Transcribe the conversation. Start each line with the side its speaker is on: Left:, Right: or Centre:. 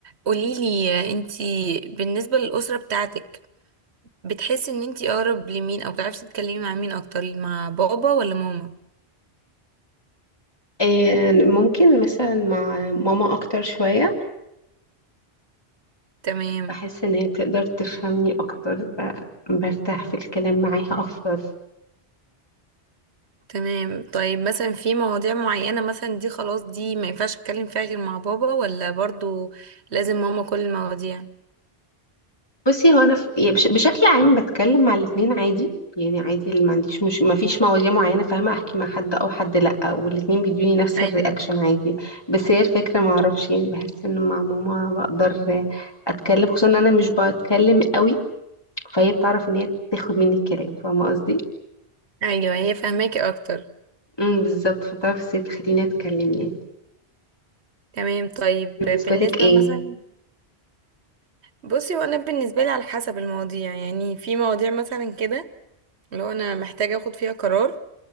Right: قوليلي انتي بالنسبة للأسرة بتاعتك بتحسي ان انتي اقرب لمين او بتعرفي تتكلمي مع مين اكتر مع بابا ولا ماما
Left: آه، ممكن مثلا مع ماما أكتر شوية
Right: تمام
Left: بحس إن هي تقدر تفهمني أكتر ب- برتاح في الكلام معاها أكتر
Right: تمام طيب مثلا في مواضيع معينة مثلا دي خلاص دي ما ينفعش اتكلم فيها غير مع بابا ولا برضو لازم ماما كل المواضيع
Left: بصي هو أنا ف... يعني بش... بشكل عام بتكلم مع الاتنين عادي يعني عادي اللي ما عنديش مش ما فيش مواضيع معينة فاهمة أحكي مع حد أو حد لأ والاتنين بيدوني نفس
Right: ايوه
Left: الرياكشن عادي بس هي الفكرة ما أعرفش يعني بحس إن مع ماما بقدر أتكلم خصوصا إن أنا مش بتكلم قوي فهي بتعرف إن هي تاخد مني الكلام فاهمة قصدي؟
Right: ايوه هي فاهماكي اكتر
Left: امم بالظبط فبتعرف ازاي تخليني أتكلم يعني
Right: تمام طيب
Left: بالنسبة
Right: بالنسبة
Left: لك ايه
Right: مثلا بصي وانا بالنسبة لي على حسب المواضيع يعني في مواضيع مثلا كده لو انا محتاجة اخد فيها قرار